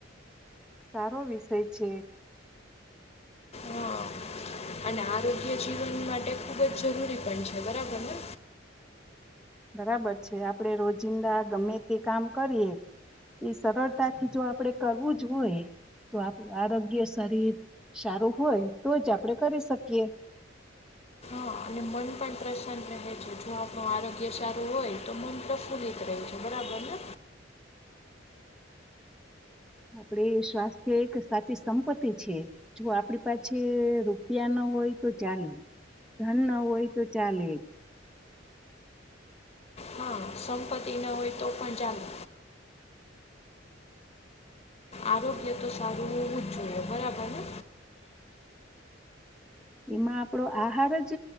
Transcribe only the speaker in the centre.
સારો વિષય છે.
બરાબર છે આપડે રોજિંદા ગમે તે કામ કરીએ ઈ સરળતા થી જો આપડે કરવું જ હોય તો આપ આરોગ્ય શરીર સારું હોય તો જ આપણે કરી શકીએ.
આપડી સ્વાસ્થ્ય એક સાચી સંપત્તિ છે. જો આપણી પાછે રૂપિયા ન હોય તો ચાલે. ધન ન હોય તો ચાલે.
એમાં આપણો આહાર જ